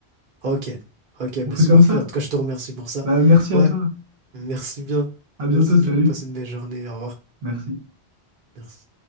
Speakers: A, on the right; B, on the right.
A: Ok, ok,
B: On
A: ben
B: fait
A: c'est
B: comme
A: parfait.
B: ça?
A: En tout cas, je te remercie pour ça.
B: Bah merci
A: Ouais,
B: à toi,
A: merci bien.
B: à bientôt,
A: Vas-y,
B: salut,
A: du coup, passe une belle journée. Au revoir.
B: merci.
A: Merci.